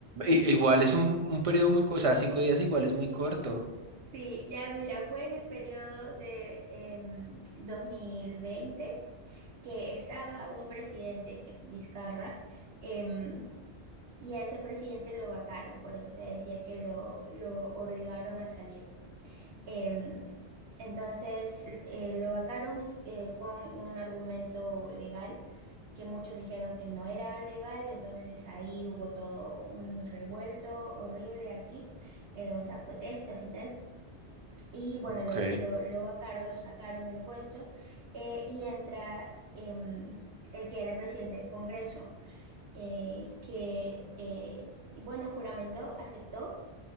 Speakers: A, on the right; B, on the right.
A: I- igual es un, un periodo muy, co- o sea, cinco días igual es muy corto.
B: Sí, ya mira, fue en el periodo de em, dos mil veinte que estaba un presidente, que es Vizcarra, em, y a ese presidente lo vacaron, por eso te decía que lo, lo obligaron a salir. Em, entonces eh, lo vacaron eh, con un argumento legal que muchos dijeron que no era legal, entonces ahí hubo todo un revuelto horrible aquí, eh, o sea, protestas y tal. Y bueno,
A: Ok,
B: lo, lo, lo vacaron, lo sacaron del puesto eh, y entra em, el que era el presidente del Congreso, eh, que, eh, bueno, juramentó, aceptó